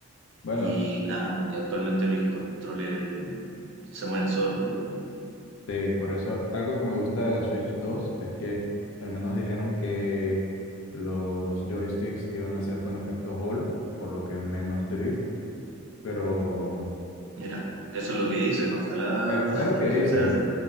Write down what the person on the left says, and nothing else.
Bueno,
sí, por eso algo que me gusta de la Switch 2 es que al menos dijeron que los joysticks iban a ser con efecto Hall, por lo que menos drift, pero
Es es
lo que dicen.